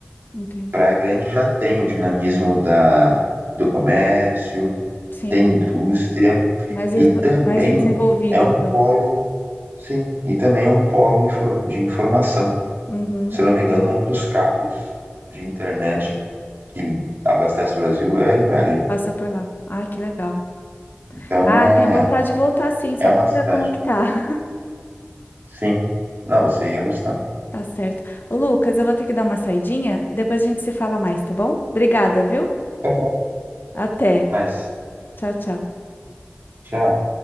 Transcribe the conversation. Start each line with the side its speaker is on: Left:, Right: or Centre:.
Left: entendi.
Right: Praia Grande já tem o dinamismo da, do comércio,
Left: Sim,
Right: tem indústria
Left: mais, es-
Right: e também
Left: mais desenvolvida,
Right: é um
Left: então.
Right: polo, sim, e também é um polo infor- de informação.
Left: Uhum,
Right: Se eu não me engano, um dos cabos de internet que abastece o Brasil é em Praia Grande.
Left: passa por lá. Ah, que legal.
Right: Então
Left: Ah,
Right: é
Left: tenho vontade de voltar, sim,
Right: É
Left: só
Right: uma
Left: para
Right: cidade.
Left: ver como é que tá. <laughs>
Right: Sim. Não, você ia gostar.
Left: Tá certo. Ô, Lucas, eu vou ter que dar uma saidinha, depois a gente se fala mais, tá bom? Obrigada, viu?
Right: Tá bom.
Left: Até.
Right: Mas,
Left: Tchau, tchau.
Right: tchau.